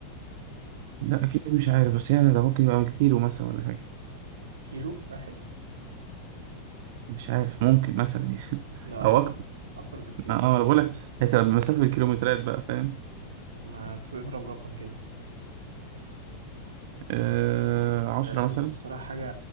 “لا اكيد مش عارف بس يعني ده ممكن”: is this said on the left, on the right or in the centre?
Right